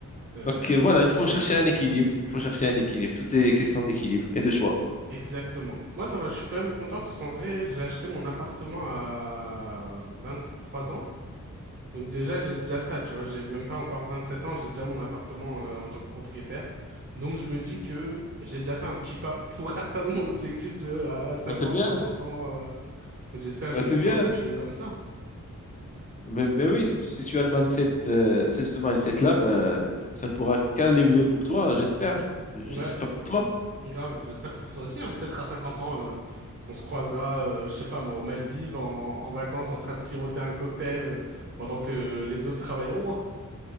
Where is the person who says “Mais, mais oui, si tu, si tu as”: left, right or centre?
Left